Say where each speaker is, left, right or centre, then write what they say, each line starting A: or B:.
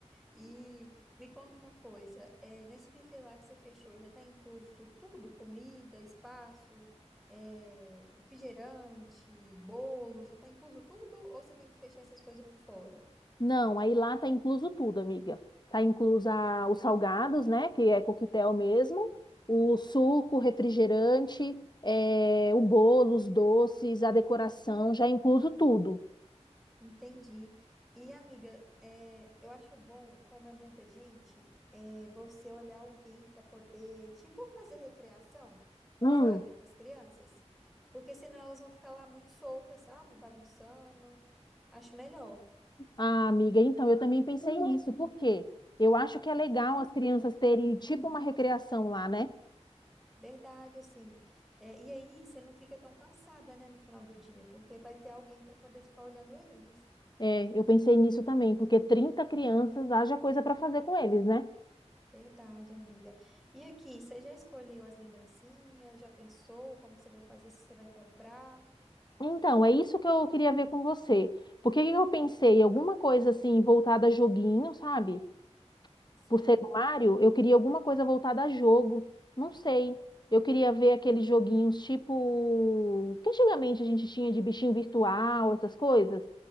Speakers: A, in the centre; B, on the left (about 40°).
A: E me conta uma coisa, é, nesse buffet lá que você fechou, já está incluso tudo? Comida, espaço, é, refrigerante, bolo, já está incluso tudo? Ou você tem que fechar essas coisas por fora?
B: Não, aí lá tá incluso tudo, amiga. Tá incluso a- os salgados, né? Que é coquetel mesmo, o suco, refrigerante, eh, o bolo, os doces, a decoração, já é incluso tudo.
A: Entendi. E, amiga, é, eu acho bom, como é muita gente, É você olhar alguém para poder, tipo, fazer recreação,
B: Hum.
A: sabe, para as crianças. Porque senão elas vão ficar lá muito soltas, sabe, bagunçando. Acho melhor,
B: Ah, amiga, então eu também pensei nisso, porque eu acho que é legal as crianças terem tipo uma recreação lá, né?
A: verdade, assim. É, e aí você não fica tão cansada, né, no final do dia, porque vai ter alguém para poder ficar olhando eles.
B: É, eu pensei nisso também, porque 30 crianças haja coisa para fazer com eles, né?
A: Verdade, amiga. E aqui, você já escolheu as lembrancinhas? Já pensou como que você vai fazer, se você vai comprar?
B: Então, é isso que eu queria ver com você. Porque o que que eu pensei? Alguma coisa assim voltada a joguinho, sabe?
A: Sim.
B: Por ser do Mário, eu queria alguma coisa voltada a jogo. Não sei. Eu queria ver aqueles joguinhos tipo que antigamente a gente tinha de bichinho virtual, essas coisas.